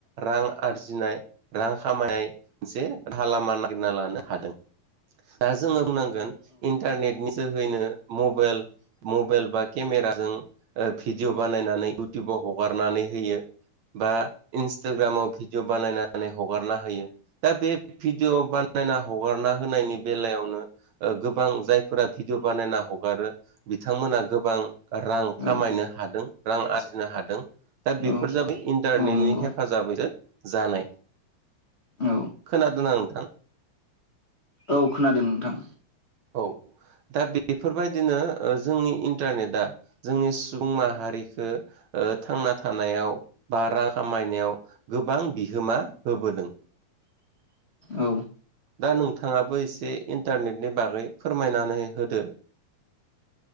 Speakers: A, on the right (about 65°); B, on the left (about 40°).
A: रां आरजिनाय रां खामायनाय मोनसे राहा लामा नागिरना लानो हादों। दा जोङो बुंनांगोन इन्टारनेटनि जोहैनो मबेल मबेल बा केमेराजों भिडिअ बानायनानै इउटुबाव हगारनानै होयो। बा इन्सटाग्रामाव भिडिअ' बानायनानै हगारना होयो दा बे भिडिअ यना हगारना होनायनि बेलायावनो गोबां जायफोरा भिडिय' बानायना हगारो बिथांमोना गोबां रां
B: औ
A: खामायनो हादों रां आरजिनो हादों। दा
B: औ
A: बेफोर जाबाय इन्टारनेटनि
B: औ नंगौ
A: हेफाजाबैजो जानाय
B: औ
A: खोनादोना नोंथां?
B: औ खोनादों नोंथां।
A: औ दा बेफोरबायदिनो जोंनि इनटारनेटआ जोंनि सुबुं माहारिखो थांना थानायाव बा रां खामाय नायाव गोबां बिहोमा होबोदों।
B: औ
A: दा नोंथाङाबो एसे इन्टारनेटनि बागै फोरमायनानै होदो।